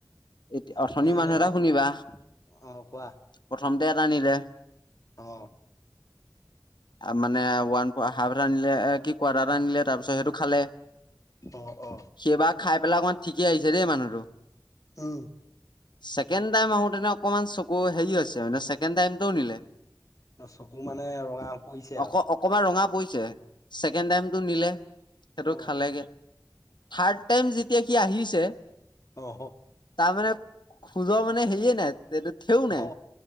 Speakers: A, on the left; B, on the left.
A: এতিয়া অথনি
B: তেতিয়াহ'লে
A: মানুহ এটা
B: ৰাতি
A: শুনিবা
B: অ কোৱা
A: প্ৰথমতে এটা আনিলে।
B: অহ,
A: মানে ওৱান হাফ এটা আনিলে কি কোৱাটাৰ এটা আনিলে তাৰপিছত সেইটো খালে।
B: অ অ
A: সেইবাৰ খাই পেলাই অকমান ঠিকেই আহিছে দেই মানুহটো।
B: উম।
A: ছেকেণ্ড টাইম আহোতেনো অকমান চকু হেৰি হৈছে মানে ছেকেণ্ড টাইমতো নিলে।
B: চকু মানে ৰঙা পৰিছে
A: অক
B: আৰু
A: অকমান ৰঙা পৰিছে ছেকেণ্ড টাইমটো নিলে। সেইটো
B: অ
A: খালেগে থাৰ্ড টাইম যেতিয়া সি আহিছে
B: অ অহ,
A: তাৰ মানে খোজৰ মানে হেৰিয়ে নাই। তেতিয়াও নাই
B: অ